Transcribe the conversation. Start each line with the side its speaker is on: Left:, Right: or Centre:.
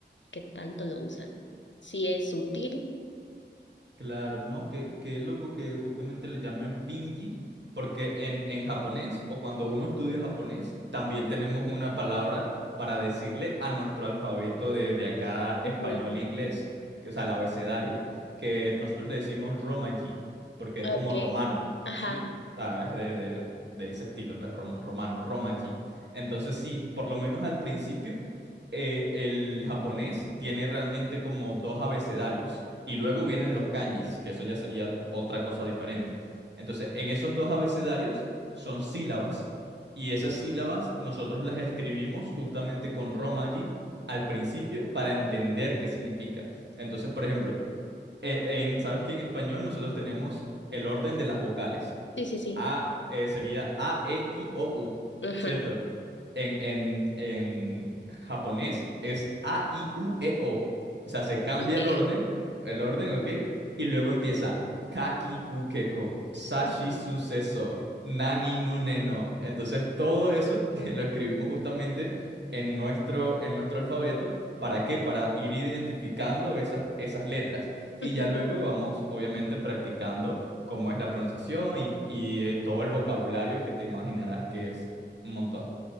Left: qué tanto lo usan? ¿Sí es útil?
Right: Claro, no, que qué loco que justamente le llamen pinji, porque en, en japonés o cuando uno estudia japonés, también tenemos una palabra para decirle a nuestro alfabeto de, de acá
Left: Ujú.
Right: español e inglés, que, o sea, el abecedario, que nosotros le decimos romaji, porque
Left: Ok.
Right: es como romano,
Left: Ajá.
Right: ¿sí? O sea, es de, de- de ese estilo, pues rom- romano, romaji. Entonces, sí, por lo menos al principio eh, el japonés tiene realmente como dos abecedarios y luego vienen los kanjis, que eso ya sería otra cosa diferente. Entonces, en esos dos abecedarios son sílabas y esas sílabas nosotros las escribimos justamente con romaji al principio para entender qué significa. Entonces, por ejemplo, eh, en, ¿sabes que en español nosotros tenemos el orden de las vocales?
Left: Sí, sí, sí.
Right: A eh, sería A, E, I, O, U,
Left: Ujú,
Right: ¿cierto?
Left: Sí.
Right: En, en, en japonés es A, I, U, E, O. O sea, se cambia
Left: ok.
Right: el orden, el orden, ¿ok? Y luego empieza Kaki, ku, keko, Sashi,
Left: Ujú,
Right: suceso, Nani, nu, ne, no. Entonces, todo eso <laughs> lo escribimos justamente en nuestro, en nuestro alfabeto. ¿Para qué? Para ir identificando esas, esas letras. Y
Left: ujú.
Right: ya luego vamos, obviamente, practicando cómo es la pronunciación y, y eh, todo el vocabulario que te imaginarás que es un montón.